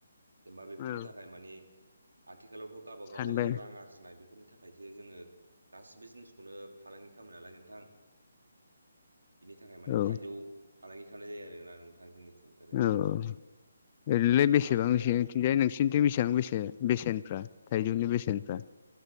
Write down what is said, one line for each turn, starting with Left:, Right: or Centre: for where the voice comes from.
Right: जेनबा बेफोरनि
Left: औ
Right: थाखाय मानि आथिखालावथ गावबागाव
Left: सानबाय
Right: रां आरजिनाय बेफोरनि थाखाय थाखायसो जोङो गासिबो जिनिसखौनो फालांगि खालामो नालाय नोंथां बिनि थाखाय माने
Left: औ
Right: थाइजौ फालांगि खालामनाय जायो आरोना नोंथां जोंनिथिं ओरै जोंनियाव
Left: औ ओरैलाय बेसेबांसो
Right: अब्ला ओ
Left: जाय नोंसिनिथिं बेसेबां बेसे बेसेनफ्रा थाइजौनि बेसेनफ्रा